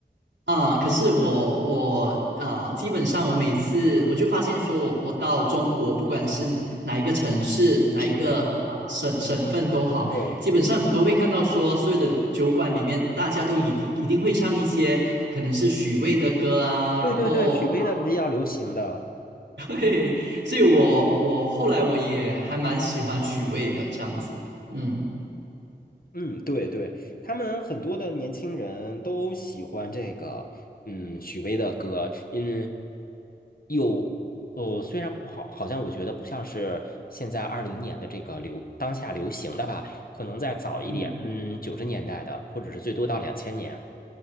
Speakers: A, on the right; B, on the left.
A: 啊、可是我我啊、基本上我每次我就发现说我，我到中国，不管是哪哪一个城市、哪一个啊、
B: 是，
A: 省省份都好，
B: 对
A: 基本上你都会看到说，所有的酒馆里面，大家都一定一定会唱一些可能是许巍的歌啊，
B: 对对对，
A: 然后啊，
B: 许巍的比较流行的，
A: <laughs> 嘿，所以我我后来我也还蛮喜欢许巍的这样子，
B: 嗯
A: 嗯
B: 嗯，对对，他们很多的年轻人都喜欢这个，嗯，许巍的歌，嗯，有，呃，虽然不好，好像我觉得不像是现在二零年的这个流当下流行的吧，可能再早一点，
A: 嗯。
B: 嗯，九十年代的，或者是最多到两千年，